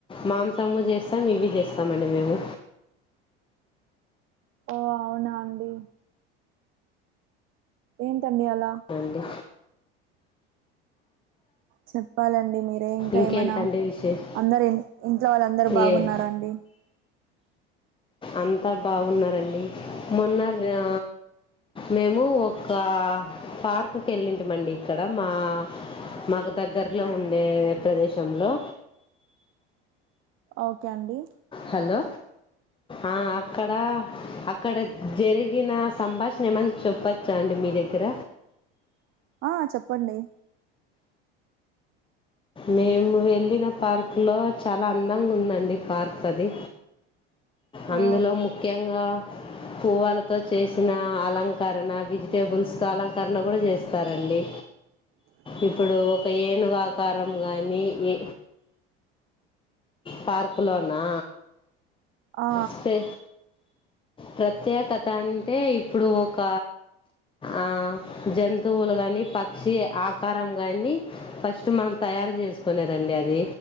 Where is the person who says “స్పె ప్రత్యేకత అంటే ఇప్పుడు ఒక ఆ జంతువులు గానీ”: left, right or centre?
Left